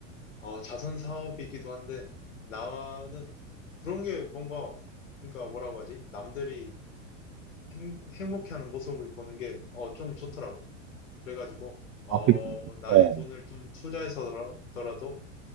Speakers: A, on the left; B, on the right.
A: 어, 자선 사업이기도 한데 나는 그런 게 뭔가 그러니까 뭐라고 하지? 남들이 행, 행복해하는 모습을 보는 게, 어, 좀 좋더라고. 그래가지고, 어,
B: 아, 그,
A: 나의
B: 어,
A: 돈을 좀 투자해서더라도,